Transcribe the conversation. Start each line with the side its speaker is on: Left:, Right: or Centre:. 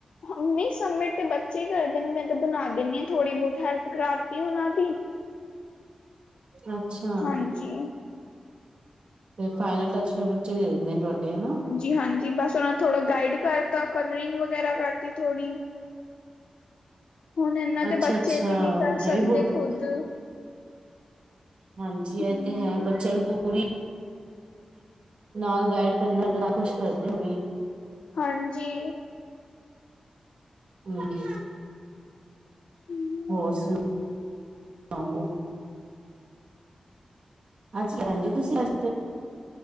Left: ਨਹੀਂ ਸਬਮਿਟ ਤਾਂ ਬੱਚੇ ਹੀ ਕਰਦੇ ਨੇ ਮੈਂ ਤਾਂ ਬਣਾ ਦਿੰਦੀ ਹਾਂ ਥੋੜ੍ਹੀ ਬਹੁਤ ਹੈਲਪ ਕਰਾਤੀ ਉਹਨਾਂ ਦੀ
Right: ਅੱਛਾ
Left: ਹਾਂਜੀ।
Right: ਤੇ ਫਾਈਨਲ ਟੱਚ ਫੇਿਰ ਬੱਚੇ ਦੇ ਦਿੰਦੇ ਨੇ ਤੁਹਾਡੇ ਹਨਾ
Left: ਜੀ ਹਾਂਜੀ ਬਸ ਉਹ ਥੋੜਾ ਗਾਈਡ ਕਰਤਾ ਕਲਰਿੰਗ ਵਗੈਰਾ ਕਰਤੀ ਥੋੜੀ ਹੁਣ ਇਹਨਾਂ ਦੇ
Right: ਅੱਛਾ
Left: ਬੱਚੇ
Right: ਅੱਛਾ
Left: ਵੀ ਨਹੀਂੀ ਕਰ ਸਕਦੇ
Right: ਇਹ ਵੀ ਬਹੁਤ
Left: ਖੁਦ
Right: ਅੱਛਾ। ਹਾਂਜੀ ਇਹ
Left: ਹਮ
Right: ਤੇ ਹੈ ਬੱਚਿਆਂ ਨੂੰ ਪਰੀ ਨਾਲ ਗਾਈਡ ਕਰਨਾ ਨਾ ਖੁਸ਼ ਕਰਦੇ ਹੋ
Left: ਹਾਂਜੀ
Right: ਹਮ।
Left: ਹਮ।
Right: ਹੋਰ ਸੁਣਾਔ? ਅੱਜੀ <unintelligible> ਤੁਸੀਂ <inaudible>